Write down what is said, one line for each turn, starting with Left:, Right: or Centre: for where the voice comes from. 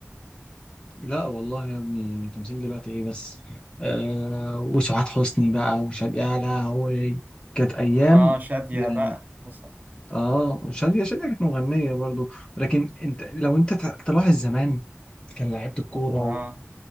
Left: لا والله يا ابني تمثيل دلوقتي ايه بس آه وسعاد حسني بقى وشادية اعلى وكانت ايام
Right: اه شادية
Left: يعني
Right: بقى وصل
Left: اه شادية شادية كانت مغنيه برضو لكن انت لو انت ت- تلاحظ زمان كان لعيبه الكوره
Right: اه